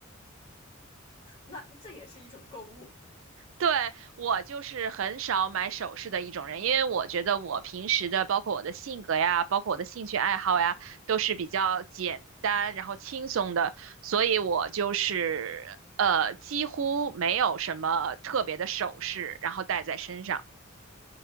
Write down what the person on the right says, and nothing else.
对，我就是很少买首饰的一种人，因为我觉得我平时的，包括我的性格呀，包括我的兴趣爱好呀，都是比较简单，然后轻松的，所以我就是呃几乎没有什么特别的首饰，然后戴在身上。